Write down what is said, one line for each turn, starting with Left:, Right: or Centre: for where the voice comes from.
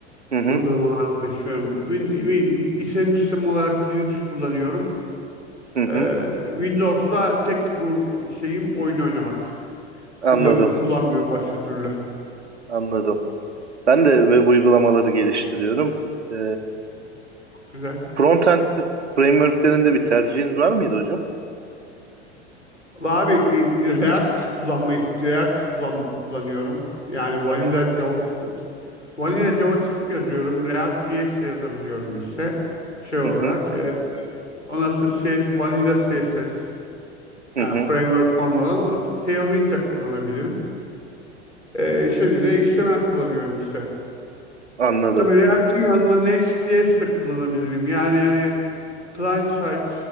Right: Hı hı,
Left: Uygulamalarla uğraşıyorum. Win, wi- işletim sistemi olarak Linux kullanıyorum.
Right: hı hı.
Left: Ee, Windows'ta tek uğra- şeyim oyun oynamak.
Right: Anladım,
Left: Windows'u kullanmıyorum başka türlü.
Right: anladım. Ben de web uygulamaları geliştiriyorum. Ee,
Left: Güzel.
Right: frontend frameworklerinde bir tercihiniz var mıydı hocam?
Left: Vallahi Abi e, React kullanmayı React kullan, kullanıyorum. Yani Vanilla
Right: Aha.
Left: JavaScript Vanilla JavaScript yazıyorum. React React.js yazabiliyorum işte. Şey olarak
Right: Hı hı,
Left: e, ondan sonra CS, Vanilla CSS
Right: hı
Left: yani
Right: hı.
Left: framework olmadan Tailwind de kullanabilirim. E, şimdi de HTML kullanıyorum işte.
Right: Anladım.
Left: Tabii React'in yanında Next.js de kullanabilirim. Yani hani client side